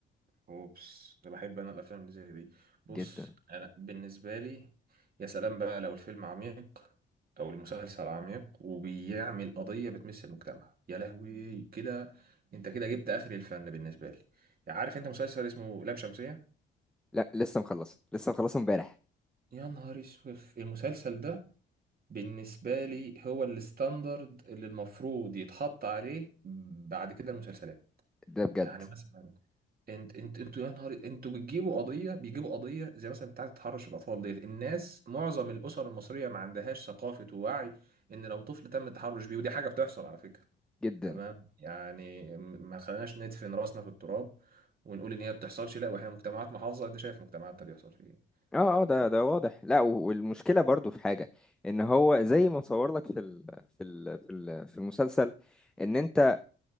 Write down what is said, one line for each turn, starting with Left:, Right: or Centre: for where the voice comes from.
Right: اوبس ده بحب انا الافلام اللي زي دي بص
Centre: جدا
Right: انا بالنسبه لي يا سلام بقى لو الفيلم عميق او المسلسل عميق وبيعمل قضيه بتمس المجتمع يا لهوي كده انت كده جبت اخر الفن بالنسبه لي عارف انت مسلسل اسمه لام شمسيه
Centre: لا لسه مخلص لسه مخلصه امبارح
Right: يا نهار اسود المسلسل ده بالنسبه لي هو الستاندرد اللي المفروض يتحط عليه بعد كده المسلسلات
Centre: ده بجد
Right: يعني مثلا انت انت انتوا يا نهار انتوا بتجيبوا قضيه بيجيبوا قضيه زي مثلا بتاعه تحرش الاطفال ديت الناس معظم الاسر المصريه ما عندهاش ثقافه ووعي ان لو طفل تم التحرش بيه ودي حاجه بتحصل على فكره
Centre: جدا
Right: تمام يعني م- ما خليناش ندفن راسنا في التراب ونقول ان هي ما بتحصلش لا واحنا مجتمعات محافظه انت شايف مجتمعاتنا بيحصل فيه ايه
Centre: اه اه ده
Right: تمام.
Centre: ده واضح لا و- والمشكله برضو في حاجه ان هو زي ما صور لك في ال في ال في ال في المسلسل ان انت